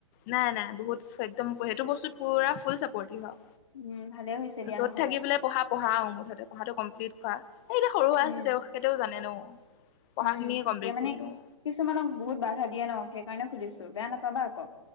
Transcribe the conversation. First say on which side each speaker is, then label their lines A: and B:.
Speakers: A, on the left; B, on the left.
A: নাই নাই বহুত একদম সেইটো বস্তুত পুৰা ফুল চাপৰ্টিভ হয়।
B: উম ভালে হৈছে দিয়া
A: য'ত
B: নহলে
A: থাকি বুলে পঢ়া পঢ়া আৰু মুঠতে পঢ়াটো কমপ্লিট কৰা। এই এতিয়া সৰু হৈ
B: উম
A: আছো তেওঁ সেইটো জানে ন। পঢ়া
B: উম,
A: খিনিয়ে
B: তাকে
A: কমপ্লিট
B: মানে
A: কৰি লওঁ।
B: কিছুমানক বহুত বাধা দিয়ে ন সেইকাৰণে সুধিছো বেয়া নাপাবা আকৌ।